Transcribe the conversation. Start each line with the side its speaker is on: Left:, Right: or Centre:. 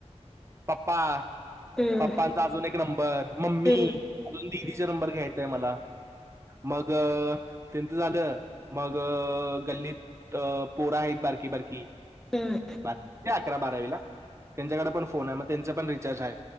Right: पप्पा
Centre: हम्म
Right: पप्पांचा अजून एक नंबर मम्मी
Centre: हम्म
Right: अजून दिदीचा
Centre: हम्म
Right: नंबर घ्यायचाय मला मग. त्यांचं झालं मगअ गल्लीत अ पोर हायत बारकी बारकी.
Centre: हम्म
Right: बा र्की अकरा बारावीला त्यांच्याकडं पण फोन आहे म तें पण रिचार्ज हाय.